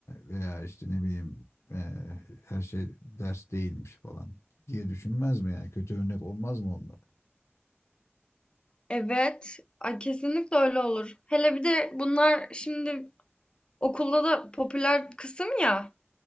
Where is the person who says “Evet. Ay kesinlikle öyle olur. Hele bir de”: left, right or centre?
Left